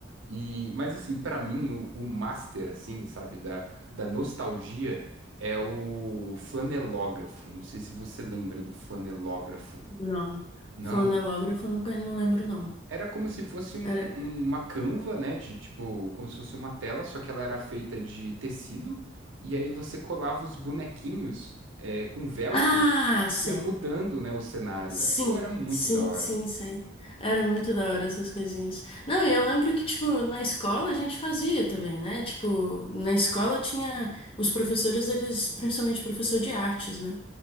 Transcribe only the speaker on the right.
E mas assim, pra mim o, o master assim, sabe, da, da nostalgia é o flanelógrafo. Não sei se você lembra do flanelógrafo.
Não?
Era como se fosse um-
um- uma canva, né? De tipo, como se fosse uma tela, só que ela era feita de tecido. E aí você colava os bonequinhos é, com velcro
e
ia mudando, né, o cenário.
É, pô, era muito
da hora.